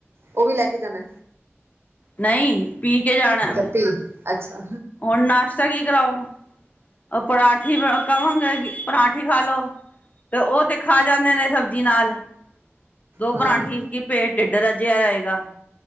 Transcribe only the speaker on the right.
ਉਹ ਵੀ ਲੈ ਕੇ ਜਾਣਾ
ਅੱਛਾ
ਪੇ ਅੱਛਾ
ਹਾਂ